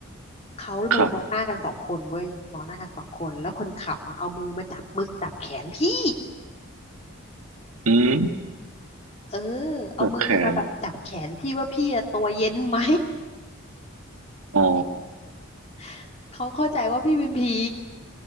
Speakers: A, on the left (about 30°); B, on the right (about 85°).
A: เขามาเลยมองหน้ากันสองคนเว้ยมองหน้ากันสองคนแล้วคนขับอะเอามือมาจับมึกจับแขนพี่
B: ครับอืม
A: เออเอามือมาแบบจับแขนพี่ว่าพี่อะตัวเย็นไหม
B: เกือบแขนอ๋อ
A: <laughs> เขาเข้าใจว่าพี่เป็นผี